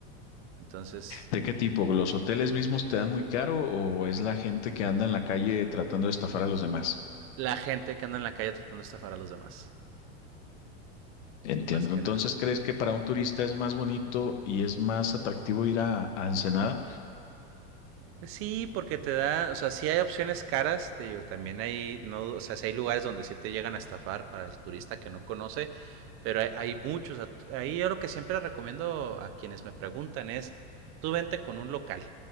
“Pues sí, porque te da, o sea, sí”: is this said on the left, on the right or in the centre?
Right